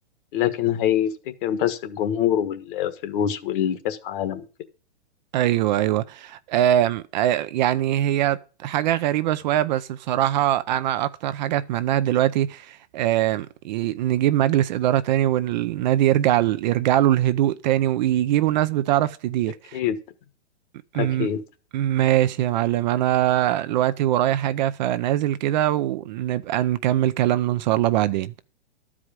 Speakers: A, on the left; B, on the right.
A: لكن هيفتكر بس الجمهور والفلوس والكأس عالم وكده
B: ايوه ايوه أم... آه، يعني هي حاجه غريبه شويه بس بصراحه انا اكتر حاجه اتمناها دلوقتي أم... ي- نجيب مجلس اداره تاني والنادي يرجع يرجع له الهدوء تاني ويجيبوا ناس بتعرف تدير
A: أكيد
B: م-
A: أكيد
B: ماشي يا معلم انا دلوقتي ورايا حاجة فنازل كده ونبقى نكمل كلامنا ان شاء الله بعدين